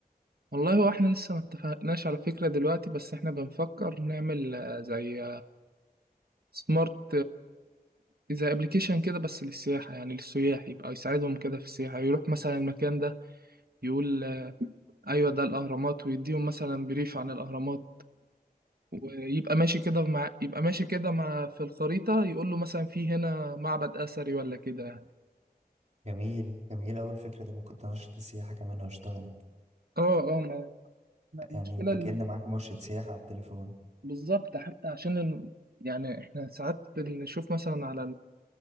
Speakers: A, on the right; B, on the right.
A: والله هو احنا لسه ما اتفقناش على فكرة دلوقتي بس احنا بنفكر نعمل آه، زي سمارت زي ابلكيشن كده بس للسياحة يعني للسياح يبقى يساعدهم كده في السياحة يروح مثلا المكان ده يقول آه، ايوه ده الاهرامات ويديهم مثلا بريف عن الاهرامات ويبقى ماشي كده مع يبقى ماشي كده مع في الخريطة يقول له مثلا في هنا معبد أثري ولا كده يعني
B: جميل جميل اول فكرة دي ممكن تنشط السياحة كمان لو اشتغلت
A: اه اه ما ما المشكلة
B: يعني يبقى
A: اللي-
B: كأن معاك مرشد سياحة على التليفون
A: بالظبط حتى عشان ال... يعني احنا ساعات بنشوف مثلا على